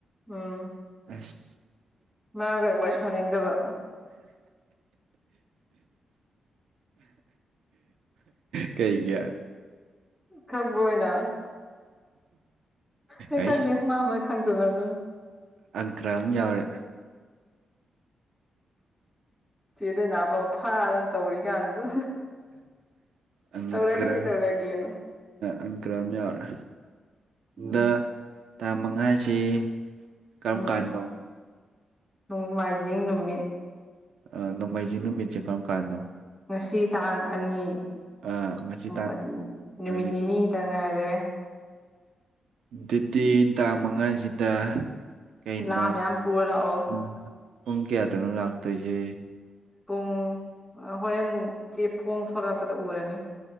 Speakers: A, in the centre; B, on the right.
A: ꯎꯝ
B: ꯑꯁ
A: ꯃꯥꯒ ꯋꯥꯔꯤ ꯁꯥꯅꯤꯡꯗꯕ
B: <inaudible> ꯀꯩ ꯀꯌꯥ
A: ꯈꯛꯕ ꯑꯣꯏꯅ ꯑꯩ
B: ꯑꯩꯁ
A: ꯈꯪꯗꯦ ꯃꯥꯃ ꯊꯥꯡꯖꯅꯒꯨꯝ
B: ꯄꯟꯇ꯭ꯔꯥ ꯑꯃ ꯌꯥꯎꯔꯦ
A: ꯆꯦꯗ ꯅꯥ ꯄꯥꯎ ꯐꯥꯗꯅ ꯇꯧꯔꯤ ꯀꯥꯟꯁꯤꯗ
B: ꯑꯀ꯭ꯔ
A: ꯇꯧꯔꯒꯦ ꯇꯧꯔꯒꯦꯅ
B: ꯑꯪ ꯈꯔ ꯑꯃ ꯌꯥꯎꯔꯦ
A: ꯎꯝ
B: ꯑꯗ ꯊꯥ ꯃꯉꯥꯁꯤ ꯀꯔꯝ
A: ꯎꯝ
B: ꯀꯥꯟꯗꯣ
A: ꯅꯣꯡꯃꯥꯏꯖꯤꯡ ꯅꯨꯃꯤꯠ
B: ꯑ ꯅꯣꯡꯃꯥꯏꯖꯤꯡ ꯅꯨꯃꯤꯠꯁꯦ ꯀꯔꯝ ꯀꯥꯟꯅꯣ
A: ꯉꯁꯤ ꯇꯥꯡ ꯑꯅꯤ
B: ꯑ, ꯉꯁꯤ ꯇꯥꯡ
A: ꯎꯗꯤ ꯅꯨꯃꯤꯠ
B: ꯃꯔꯤ
A: ꯅꯤꯅꯤ ꯈꯤꯇ ꯉꯥꯏꯔꯦ
B: ꯑꯗꯨꯗꯤ ꯇꯥꯡ ꯃꯉꯥꯁꯤꯗ ꯀꯩꯅꯣ
A: ꯂꯥ ꯃꯌꯥꯝ ꯄꯨꯔ ꯂꯥꯛꯑꯣ
B: ꯎꯝ, ꯄꯨꯡ ꯀꯌꯥꯗꯧꯅꯣ ꯂꯥꯛꯇꯣꯏꯁꯦ
A: ꯄꯨꯡ ꯍꯣꯔꯦꯟ ꯆꯦꯐꯣꯡ ꯊꯂꯛꯄꯗ ꯎꯔꯅꯤ